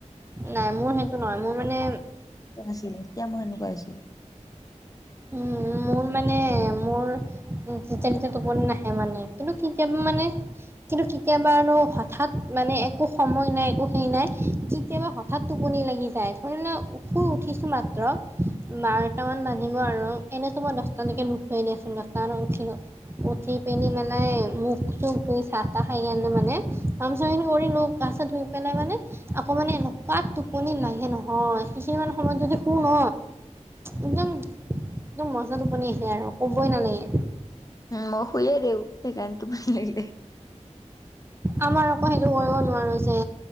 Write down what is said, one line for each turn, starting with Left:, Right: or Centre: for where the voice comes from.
Right: নাই মোৰ সেইটো নহয় মোৰ মানে
Left: নাছিলি এতিয়া মোৰ সেনেকোৱা হৈছে।
Right: উম মোৰ মানে মোৰ যেতিয়া তিতিয়া টোপনি নাহে মানে কিন্তু কেতিয়াবা মানে কিন্তু কেতিয়াবা আৰু হঠাৎ মানে একো সময় নাই একো হেৰি নাই কেতিয়াবা হ হঠাৎ টোপনি লাগি যায় ধৰি ল শুই উঠিছো মাত্ৰ বাৰটা মান বাজি বাজিব আৰু এনেতো মই দছটালৈকে নুঠুৱে দিয়া চোন দহটাত উঠিলো উঠি পিনি মানে মুখ চুখ ধুই চাহ তাহ খাই আনে মানে কাম চামখিনি কৰি লৈ গা চা ধুই পেলাই মানে আকৌ মানে এনেকুৱা টোপনি লাগে নহয় সেইখিনি মান সময়ত যদি শু ন একদম একদম মজা টোপনি আহে আৰু ক'বই নালাগে
Left: উ মই শুইয়ে দিও সেইকাৰণে টোপনি লাগিলে
Right: আমাৰ আকৌ সেইটো কৰিব নোৱাৰো যে